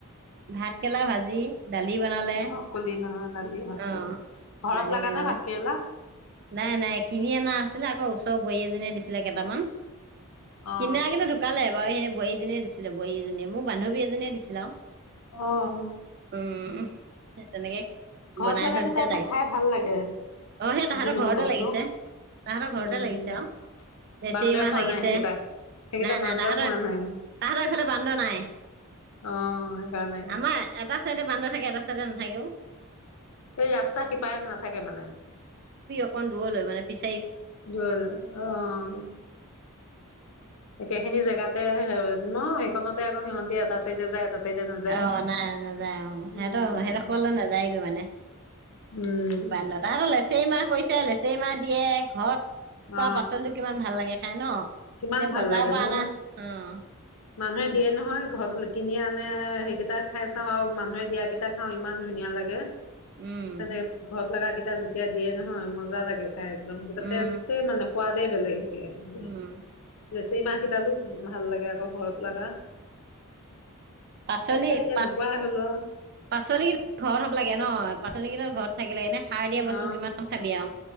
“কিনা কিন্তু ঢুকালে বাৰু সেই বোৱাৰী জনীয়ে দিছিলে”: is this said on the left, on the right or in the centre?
Right